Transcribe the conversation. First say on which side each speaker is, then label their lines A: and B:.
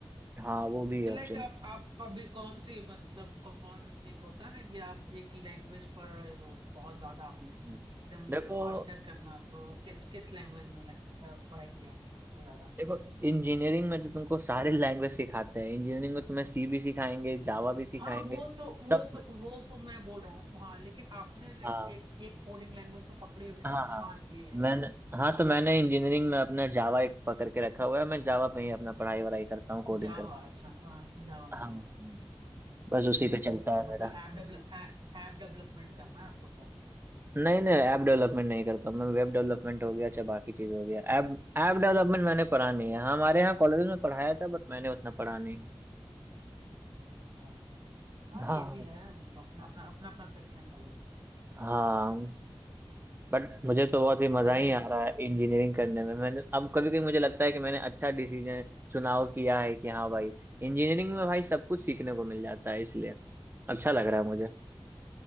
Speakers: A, on the right (about 25°); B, on the right (about 60°).
A: हाँ वो भी है
B: तो लाइक
A: ऑप्शन
B: आप आप अभी कौन सी मतलब कौन एक होता है ना कि आप एक लैंग्वेज पढ़ रहे हो बहुत ज्यादा
A: हम्म हम्म।
B: एकदम
A: देखो
B: मास्टर करना तो किस किस लैंग्वेज में लग, अ, पढ़ाई की आपने सबसे ज्यादा
A: देखो इंजीनियरिंग में तो तुमको सारे लैंग्वेज सिखाते हैं इंजीनियरिंग में तुम्हें सी भी सिखाएंगे जावा भी सिखाएंगे
B: हाँ वो तो वो
A: सब कुछ
B: तो वो तो मैं बोल रहा हूँ हाँ लेकिन आपने लाइक
A: हाँ
B: एक एक कोडिंग लैंग्वेज तो पकड़ी होगी ना
A: हाँ
B: कि
A: हाँ
B: हाँ ये है
A: मैंने हाँ तो मैंने इंजीनियरिंग में अपना जावा एक पकड़ के रखा हुआ है मैं जावा पे ही अपना पढ़ाई वढ़ाई करता हूँ कोडिंग
B: जावा
A: करता हूँ
B: अच्छा हाँ जावा
A: हाँ
B: जावा
A: बस
B: सही
A: उसी
B: है
A: पे
B: भाई
A: चलता
B: तो
A: है
B: मतलब
A: मेरा
B: ऐप डेवलप ऐप डेवलपमेंट करना है आपको फिर
A: नहीं नहीं ऐप डेवलपमेंट नहीं करता मैं वेब डेवलपमेंट हो गया चाहे बाकी चीज हो गया ऐप ऐप डेवलपमेंट मैंने पढ़ा नहीं है हाँ, हमारे यहाँ कॉलेज में पढ़ाया था बट मैंने उतना पढ़ा नहीं
B: अच्छा हाँ
A: हाँ
B: ये भी है मतलब अपना अपना अपना अपना प्रेफरेंस है भाई
A: हाँ बट मुझे तो बहुत ही मजा
B: सही
A: ही आ
B: है
A: रहा है इंजीनियरिंग करने में मैंने अब कभी कभी मुझे लगता है कि मैंने अच्छा डिसीजन चुनाव किया है कि हाँ भाई इंजीनियरिंग में भाई सब कुछ सीखने को मिल जाता है इसलिए अच्छा लग रहा है मुझे